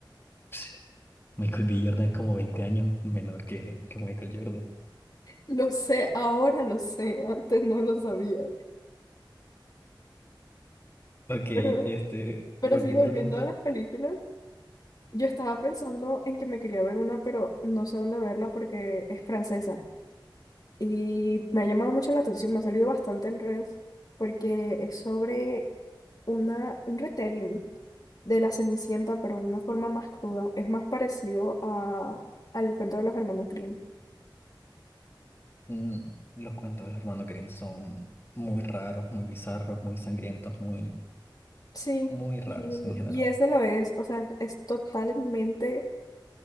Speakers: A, on the left; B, on the left.
A: <laughs> Michael B. Jordan es como 20 años menor que, que Michael Jordan.
B: Lo sé, ahora lo sé, antes no lo sabía.
A: Ok,
B: Pero,
A: este,
B: pero
A: volviendo
B: sí, volviendo
A: al punto.
B: a las películas, yo estaba pensando en que me quería ver una, pero no sé dónde verla porque es francesa. Y me ha llamado mucho la atención, me ha salido bastante en redes, porque es sobre una, un retelling de la Cenicienta, pero de una forma más cruda. Es más parecido a, al cuento de los hermanos Grimm.
A: Mm, los cuentos de los hermanos Grimm son muy raros, muy bizarros, muy sangrientos, muy,
B: Sí,
A: muy raros
B: y,
A: en general.
B: y ese lo es, o sea, es totalmente